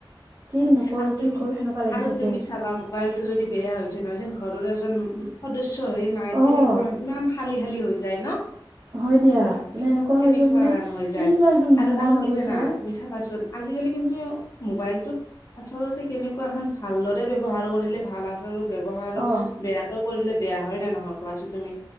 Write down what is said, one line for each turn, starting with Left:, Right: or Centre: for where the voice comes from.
Right: কি
Left: হয়
Right: নকৰো
Left: আৰু
Right: কি
Left: তুমি
Right: কৰো সেনেকুৱা লাগি
Left: আৰু
Right: থাকে।
Left: তুমি চাবা মোবাইলটো যদি বেয়া হৈছে নহয় যেন ঘৰৰ এজন। সদস্য হে নাই
Right: অ'
Left: তেনেকুৱা ইমান খালি খালী হৈ যায় ন।
Right: হয় দিয়া মানে এনেকুৱা
Left: তেনেকুৱা
Right: হয় যে মানে
Left: ন হৈ
Right: কি
Left: যায়
Right: বা একদম নোহোৱা
Left: আৰু আৰু
Right: হৈ
Left: কি
Right: গৈছে
Left: জানা তুমি। চাবাচোন আজিকালি কিন্তু মোবাইলটো। আচলতে কেনেকুৱা খন ভালদৰে ব্যৱহাৰ কৰিলে ভাল আচল। ব্যৱহাৰ
Right: অ
Left: বেয়াকে কৰিলে বেয়া হয় নে নহয় কোৱাচোন তুমি